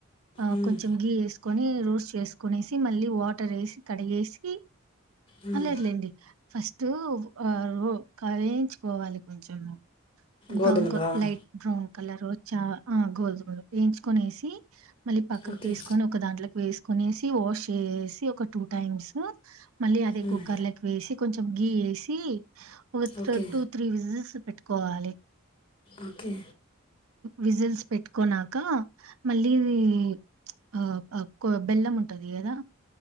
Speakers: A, on the right; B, on the left.
A: ఆ
B: మ్మ్.
A: కొంచెం గీ ఏసుకొని రోస్ చేస్ కొనేసి మళ్ళీ వాటర్ ఏసీ కడిగేసి
B: మ్మ్.
A: లేదులేండి ఫస్ట్ వ రో కవేజ్ మళ్లీ కొంచము
B: గోధుమలా
A: బ్రౌన్ క
B: ఆ,
A: లైట్ బ్రౌన్ కలరు వచ్చా ఆ గోధుమలు వెంచుకునేసి మళ్ళీ పక్కకు
B: ఓకే
A: తీసుకొని ఒక దాంట్లకి వేస్ కొనేసి వాష్ చేసేసి ఒక టు టైమ్స్ మళ్ళీ అదే
B: మ్మ్.
A: కుక్కర్లేకి వేసి కొంచెం గీ ఏసి వొత్తిడో
B: ఓకే
A: బిజినెస్ పెట్టుకోవాలి
B: ఓకే
A: విజిల్స్ పెట్టుకున్నాక మళ్ళీ ఇది మ్చ్ ఆ కొ బెల్లం ఉంటుంది కదా